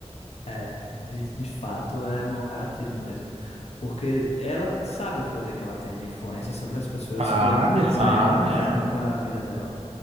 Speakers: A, on the left; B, on the right.
A: É, de, de fato é mau caratismo mesmo. Porque ela sabe o poder que ela tem de influência sobre as pessoas
B: Sabe,
A: que acompanham
B: sabe,
A: ela,
B: é.
A: que acompanham a vida dela.